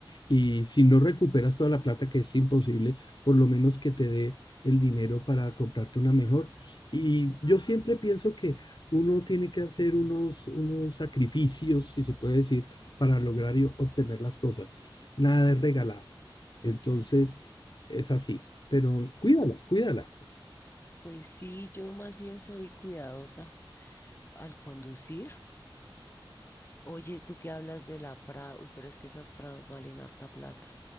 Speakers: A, on the left; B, on the left.
A: y si no recuperas toda la plata que es imposible, por lo menos que te dé el dinero para comprarte una mejor. Y yo siempre pienso que uno tiene que hacer unos, unos sacrificios, si se puede decir, para lograr y obtener las cosas. Nada es regalado. Entonces,
B: Sí,
A: es así. Pero cuídala, cuídala.
B: Pues sí, yo más bien soy cuidadosa al conducir. Oye, tú que hablas de la Prado, uy, pero es que esas Prados valen harta plata,